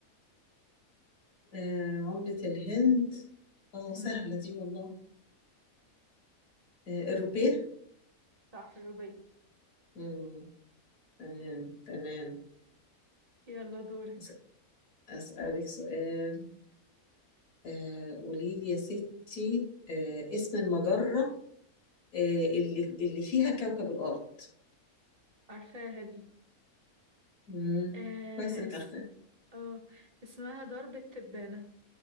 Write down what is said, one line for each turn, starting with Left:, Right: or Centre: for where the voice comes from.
Left: آه عملة الهند اه سهله
Right: مم.
Left: دي والله آه الروبيه
Right: صح روبي
Left: امم تمام تمام
Right: يلا دورك
Left: أس- اسالك سؤال آه قولي لي يا ستي آه اسم المجره آه، اللي اللي فيها كوكب الأرض
Right: عارفاها دي
Left: مم.
Right: آه
Left: كويس إنك
Right: اس
Left: عارفة
Right: اه اسمها درب التبانة